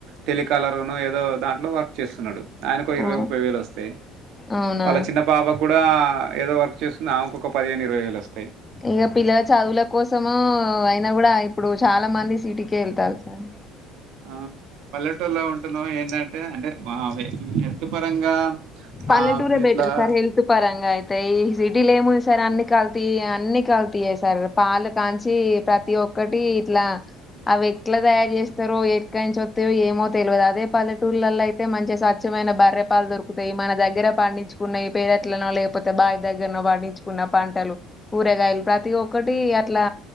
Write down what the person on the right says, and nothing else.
టెలికాలర్ నో ఏదో దాంట్లో వర్క్ చేస్తున్నాడు ఆయనకొక ఇరవై
ముప్పై వేలు వస్తయి
వాళ్ళ చిన్న పాపకు గూడా ఏదో వర్క్ చేస్తుంది ఆమెకు ఒక పదిహేను ఇరవై వేలు వస్తయి
ఆ పల్లెటూళ్లో ఉంటున్నాం ఏందంటే అంటే మా హెల్త్ పరంగా
ఆ ఇట్లా